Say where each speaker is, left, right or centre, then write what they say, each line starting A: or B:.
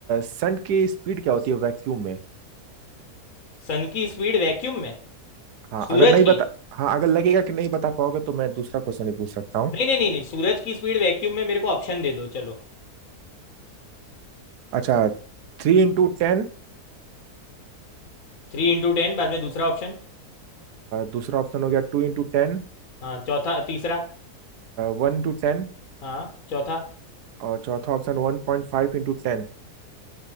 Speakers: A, on the right (about 80°); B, on the left (about 60°).
A: सन की स्पीड क्या होती है वैक्यूम में
B: सन की स्पीड वैक्यूम में
A: हाँ
B: सूरज
A: अगर नहीं
B: की
A: बता हाँ अगर लगेगा कि नहीं बता पाओगे तो मैं दूसरा क्वेश्चन भी पूछ सकता हूँ
B: नहीं नहीं नहीं नहीं सूरज की स्पीड वैक्यूम में मेरे को ऑप्शन दे दो चलो
A: अच्छा Three into ten
B: थ्री इंटू टेन बाद में दूसरा ऑप्शन
A: दूसरा ऑप्शन हो गया two into ten
B: हाँ चौथा तीसरा
A: One into ten
B: हाँ चौथा
A: और चौथा option one point five into ten